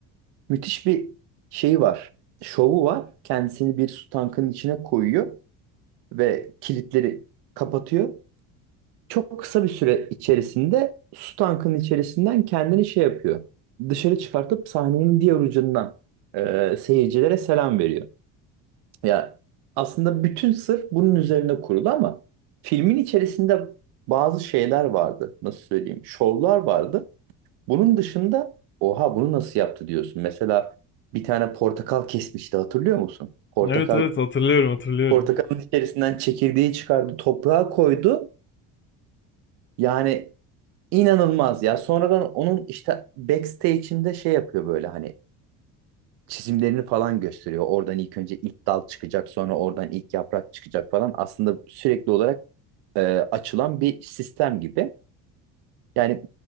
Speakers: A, on the right; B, on the left.
A: Müthiş bir şey var. Şovu var. Kendisini bir su tankının içine koyuyor ve kilitleri kapatıyor Çok kısa bir süre içerisinde su tankının içerisinden kendini şey yapıyor. Dışarı çıkartıp sahnenin diğer ucundan e, seyircilere selam veriyor. Ya aslında bütün sır bunun üzerine kurulu ama filmin içerisinde bazı şeyler vardı. Nasıl söyleyeyim? Şovlar vardı. Bunun dışında oha bunu nasıl yaptı diyorsun. Mesela bir tane portakal kesmişti hatırlıyor musun? Portakal
B: Evet evet hatırlıyorum hatırlıyorum.
A: portakalın içerisinden çekirdeği çıkardı, toprağa koydu. Yani İnanılmaz ya. Sonradan onun işte backstage'inde şey yapıyor böyle hani çizimlerini falan gösteriyor. Oradan ilk önce ilk dal çıkacak, sonra oradan ilk yaprak çıkacak falan. Aslında sürekli olarak e, açılan bir sistem gibi. Yani